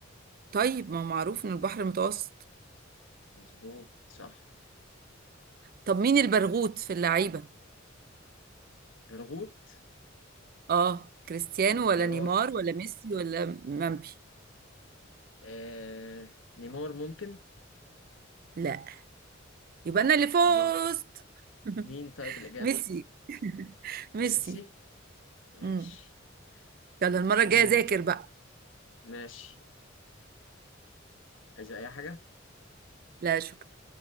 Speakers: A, on the right; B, on the left.
A: طيب ما هو معروف ان البحر المتوسط
B: مظبوط صح
A: طب مين البرغوث في اللعيبه
B: برغوت
A: اه كريستيانو
B: طب اختيارات
A: ولا نيمار ولا ميسي ولا مامبي
B: آه... نيمار ممكن
A: لا يبقى انا اللي فزت
B: ما.
A: <laughs>
B: مين طيب الإجابة
A: ميسي <laughs> ميسي
B: ميسي ماشي
A: امم يلا
B: المهم
A: المره الجايه ذاكر بقى
B: ماشي عايز أي حاجة
A: لا شكرا